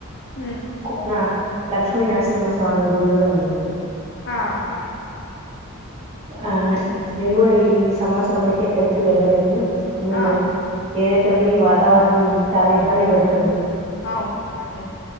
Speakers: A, on the left; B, on the right.
A: ఉమ్
B: కోనా లక్ష్మీనరసింహ స్వామి గుడి కూడా ఉందండి
A: ఆహా
B: ఆ మేము కూడా ఈ ఈ సంవత్సరం అయితే ఎక్కడికి వెళ్ళలేదు మీరు
A: ఆహా
B: ఏదైత్ కొన్ని ఈ వాతావరణం చాలా ఇబ్బంది పెడుతుంది
A: అవునవునండి